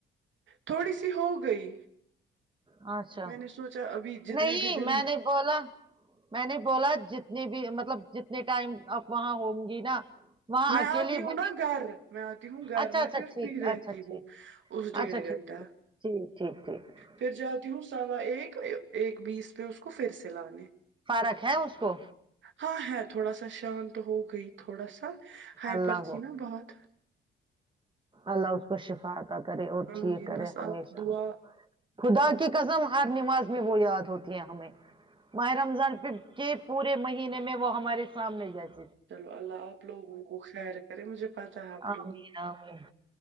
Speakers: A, on the right (about 65°); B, on the right (about 25°).
A: تھوڑی سی ہو گئی
B: ہ <inaudible> اچھا
A: میں نے سوچا ابھی جتنے
B: نہیں
A: بھی دن
B: میں نہیں بولا میں نے بولا جتنے بھی مطلب جتنے ٹائم آپ وہاں ہوں گی نا وہاں
A: میں
B: اکیلے
A: آپ دوں
B: وہی
A: نا گھر میں آتی ہوں گھر
B: اچھا
A: میں
B: اچھا
A: پھر
B: ٹھیک
A: فری رہتی
B: اچھا ٹھیک
A: ہوں اس ڈیھ
B: اچھا ٹھیک
A: گھنٹہ
B: ٹھیک ٹھیک ٹھیک ٹھیک
A: پھر جاتی ہوں سوا ایک ایک بیس پہ اس کو پھر سے لانے
B: فارق ہے اس کو
A: ہاں ہے تھوڑا سا شانت ہو گئی تھوڑا سا ہائپر
B: اللہ
A: تھی
B: ہو
A: نا بہت
B: اللہ اس کو شفات کرے اور
A: آمین
B: ٹھیک کرے
A: بس
B: ہمیشہ
A: آپ دعا
B: خدا کی قسم ہر نماز میں وہ یاد ہوتی ہیں ہمیں ماہ رمضان پ کے پورے مہینے میں وہ ہمارے سامنے جاتے
A: چلو اللہ آپ لوگوں کو خیر کرے مجھے پتا ہے آپ
B: عامیرام
A: لوگ